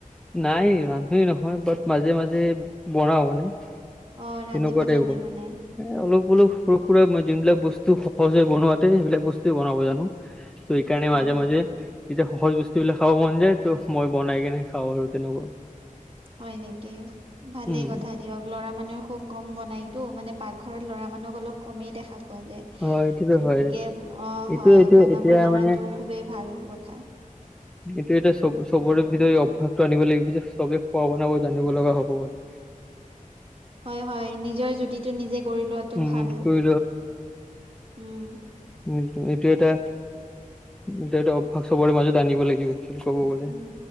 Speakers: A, in the centre; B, on the right (about 40°).
A: নাই ৰান্ধনী নহয়, বাট মাজে মাজে বনাও মানে
B: অ ৰান্ধিব
A: তেনেকুৱা টাইপৰ,
B: জানে মানে
A: এ- অলপ অলপ সৰু সুৰা মা যোনবিলাক বস্তু সজে বনোৱাতে সেইবিলাক বস্তু বনাব জানো। ত' সেইকাৰণে
B: হয়
A: মাজে
B: হয়
A: মাজে তেতিয়া সহজ বস্তু বিলাক খাব মন যায়। ত' মই বনাই কেনে খাওঁ আৰু তেনেকুৱা
B: হয় নেকি? ভালেই
A: উম
B: কথা দিয়ক। ল'ৰা মানুহে খুব কম বনাইতো, মানে পাকঘৰত ল'ৰা মানুহক অলপ কমেই দেখা পোৱা যায়।
A: অ এইটোতো
B: যতিকে
A: হয়
B: অ'
A: এইটো
B: হয়
A: এইটো
B: বনাব
A: এতিয়া
B: জানাটো
A: মানে
B: খুবেই ভাল কথা।
A: সেইটো এটা চব চবৰে ভিতৰত এই অভ্যাসটো আনিব লাগিব যে চবে খোৱা বনাব জানিব লগা হ'ব গৈ <inaudible>
B: হয় হয়। নিজৰ জুতিটো নিজে কৰি লোৱাটো
A: উম
B: ভাল।
A: কৰি
B: উম'-
A: উ'- এইটো এটা, এইটো এটা অভ্যাস চবৰে মাজত আনিব লাগিব ক'ব গ'লে
B: উম